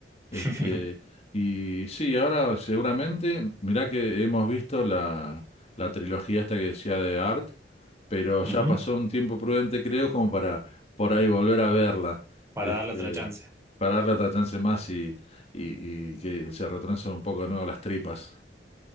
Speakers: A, on the left; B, on the right.
A: Este,
B: <laughs>
A: y sí, ahora seguramente, mirá que hemos visto la, la trilogía esta que decía de Art, pero
B: Ujú.
A: ya pasó un tiempo prudente, creo, como para por ahí volver a verla,
B: Para
A: este,
B: darle otra chance.
A: para darle otra chance más y, y, y que se retrancen un poco de nuevo las tripas.